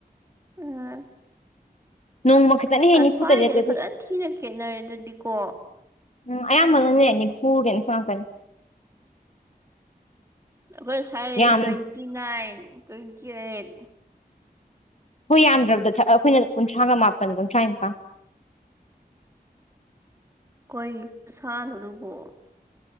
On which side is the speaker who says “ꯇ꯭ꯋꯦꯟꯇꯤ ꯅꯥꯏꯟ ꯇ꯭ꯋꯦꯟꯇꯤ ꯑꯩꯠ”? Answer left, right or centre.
Right